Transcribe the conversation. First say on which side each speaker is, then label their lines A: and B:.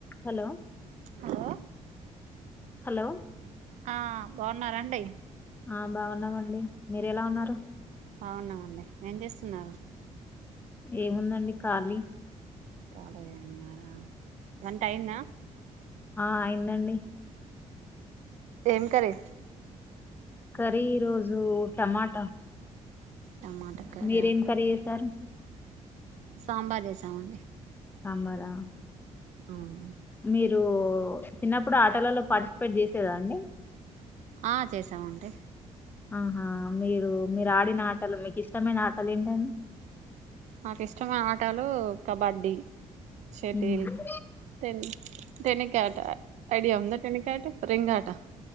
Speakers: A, on the left (about 15°); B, on the right (about 65°).
A: Hello
B: hello
A: hello
B: ఆ బాగున్నారండి.
A: ఆ బాగున్నామండి. మీరు ఎలా ఉన్నారు
B: బావున్నామండి. ఏం చేస్తున్నారు.
A: ఏముందండి. ఖాళీ
B: కాలిగే ఉన్నారా వంట అయిందా
A: ఆ అయిందండి.
B: ఏం కర్రీ
A: కర్రీ ఈరోజు టమాటా
B: టమాట
A: మీరేం
B: ఆ
A: కర్రీ చేసారు.
B: సాంబార్ చేసామండి.
A: సాంబార్ ఆ
B: అవును
A: మీరు చిన్నప్పుడు ఆటలలో పార్టిసిపేట్ చేసేదా అండి.
B: ఆ చేసామండి.
A: ఆహా మీరు మీరు ఆడిన ఆటలు, మీకు ఇష్టమైన ఆటలు ఏంటండి.
B: నాకు ఇష్టమైన ఆటలు కబడ్డీ. షేటిల్
A: ఉమ్.
B: తెండి టెనిక్యాట్ ఐడియా ఉందా టెనిక్యాట్ రింగ్ ఆట